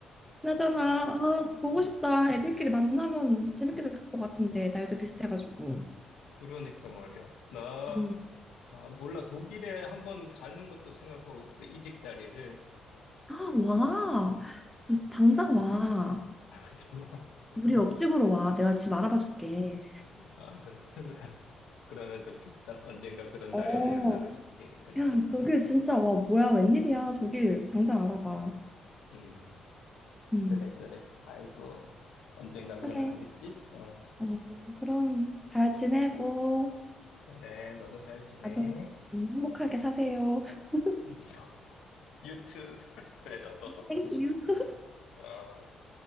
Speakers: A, in the centre; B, on the left (about 85°).
A: 그나저나
B: 그래, 그래.
A: 아, 보고
B: 음.
A: 싶다. 애들끼리 만나면 재밌게 될 것 같은데 나이도 비슷해가지고.
B: 그러니까 말이야. 나,
A: 음.
B: 아, 몰라. 독일에 한번 가는 것도 생각하고 있어. 이직 자리를. 그,
A: 아, 와.
B: 어. 음.
A: 당장 와.
B: 다음에 좀, <laughs>
A: 우리 옆집으로 와. 내가 집 알아봐 줄게.
B: 아, 그렇구나. 그러면 좋겠다. 언젠가 그런
A: 어.
B: 날이 오면 연락을 줄게. 그래.
A: 야, 독일 진짜 와. 뭐야? 웬일이야? 독일 당장 알아봐.
B: 음,
A: 음.
B: 그래, 그래. 아이고, 언젠가
A: 그래.
B: 그런 날이 오겠지? 어,
A: 어, 그럼 잘 지내고
B: 그래, 너도 잘 지내.
A: 아주 음, 행복하게 사세요. <laughs>
B: <laughs> 너도. 유튜브. <laughs> 그래, 너도.
A: 땡큐.
B: 어.